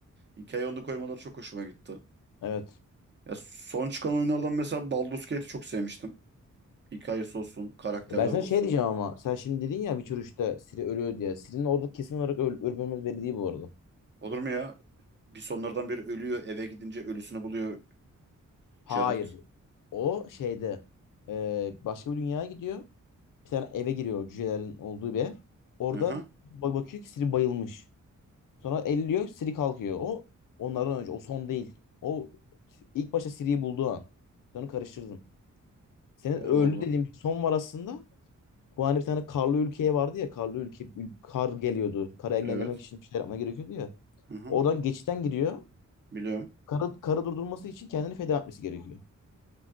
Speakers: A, on the right; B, on the left.
A: Hikayeye onu koymaları çok hoşuma gitti.
B: Evet.
A: Ya son çıkan oyunlardan mesela Baldur's Gate'i çok sevmiştim. Hikayesi olsun, karakterler
B: E Ben sana
A: olsun.
B: şey diyeceğim ama sen şimdi dedin ya Witcher 3'te Ciri ölüyor diye. Ciri'nin orada kesin olarak öl ölüp ölmediği belli değil bu arada.
A: Olur mu ya? Bir sonlardan biri ölüyor, eve gidince ölüsünü buluyor
B: Hayır.
A: Geralt.
B: O şeyde e, başka bir dünyaya gidiyor. Bir tane eve giriyor cücelerin olduğu bir ev. Orada
A: Hı hı.
B: bak bakıyor ki Ciri bayılmış. Sonra elliyor Siri kalkıyor. O onlardan önce. O son değil. O ilk başta Siri'yi bulduğu an. Sonra karıştırdın. Senin
A: Allah
B: öldü
A: Allah.
B: dediğim son var aslında. Bu hani bir tane karlı ülkeye vardı ya. Karlı ülke kar geliyordu. Karı engellemek
A: Evet.
B: için bir şeyler yapma gerekiyordu ya.
A: Hı hı.
B: Oradan geçitten giriyor.
A: Biliyorum.
B: Karı, karı durdurması için kendini feda etmesi gerekiyor.